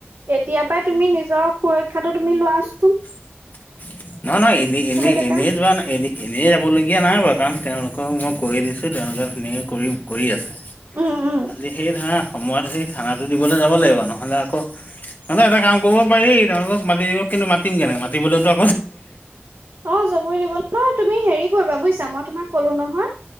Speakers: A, on the right; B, on the left.
A: এতিয়াৰ পৰাই তুমি নিজৰ সুৰক্ষাটো। তুমি লোৱাছোন।
B: <unintelligible> নহ নহয় এনেই এনেই
A: থাকা
B: এনেই যোৱা নাই এনে এনেই যাবলগীয়া নাই বাৰু কাৰণ তেওঁলোকক মই কৈ দিছো তেওঁলোকে ধুনীয়াকে কৰি কৰি আছে,
A: উম উম
B: খালি সেই ধৰ সময়ত সেই খানা দিবলে যাব লাগিব নহ'লে আকৌ। মানে এটা কাম কৰিব পাৰি তেওঁলোকক মাতি দিব কিন্তু মাতিম কেনেক মাতিলৈতো।
A: অ' যাবই লাগিব ন তুমি হেৰিত। <unintelligible> কৰিবা বুজিছা, মই তোমাক কলো নহয়